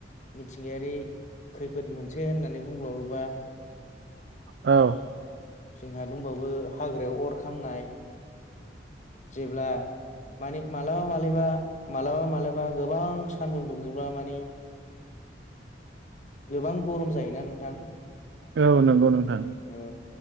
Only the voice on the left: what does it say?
मिथिंगायारि खैफोदमोन। होननानै बुंब्लाावोबा
जोंहा दंबावो हाग्रायाव अर खामनाय जेब्ला मानि मालाबा मालाबा मालाबा मालाबा गोबां सान्दुं दुङला मानि गोबां गरम जायोना नोंथां।
औ